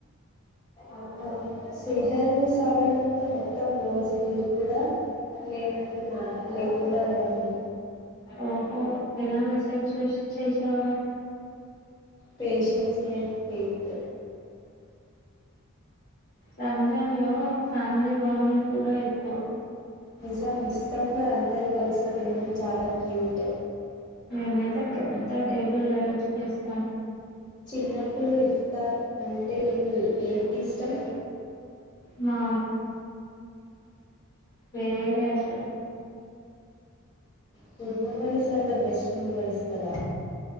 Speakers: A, on the left (about 20°); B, on the left (about 45°).
A: అవునా సేమ్ రని సావడంతో మొత్తం రోజు నీరు కూడా లేనండు లేకుండా లేంది
B: ఓహో ఎలా మెసేజ్ చే చేసవా
A: పేషన్స్ ల్యాండ్ ఫయిట్
B: రంజాన్ లో ఫ్యామిలీ బాండింగ్ కూడా ఎక్కువ
A: నిజాం ముస్తఫా అందరు కలిసి తినడం చాలా క్యూట్
B: మేమైతే ఎంత టేబుల్ రెడీ చేస్తాం
A: చిన్నప్పులుు ఇఫ్తార్ అంట ఎకు ఏది ఇష్టం
B: మా సే సే అసలు
A: food memories are the best memories కదా